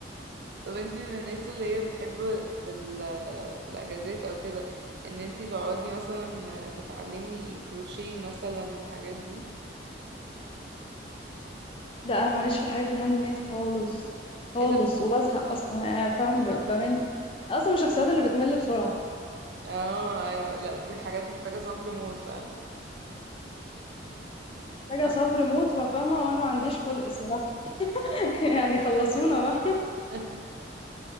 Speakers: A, on the right (about 60°); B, on the left (about 30°).
A: طب انتي من الناس اللي هي بتحب في ال في الاجازات او كده ان انتي تقعدي مثلا تتعلمي كروشيه مثلا والحاجات دي
B: لا انا ماليش في الحاجات الهاند ميد خالص خالص
A: ايه ده
B: وبزهق اصلا يعني انا فاهم ب- بمل أنا اصلا من الشخصيات اللي بتمل بسرعه
A: اه ايوه لا دي حاجات محتاجة صبر موت فعلا
B: محتاجه
A: انا
B: صبر موت وفاهمه وانا ما عنديش خلق الصراحه <laughs> يعني خلصونا بقى
A: <laughs>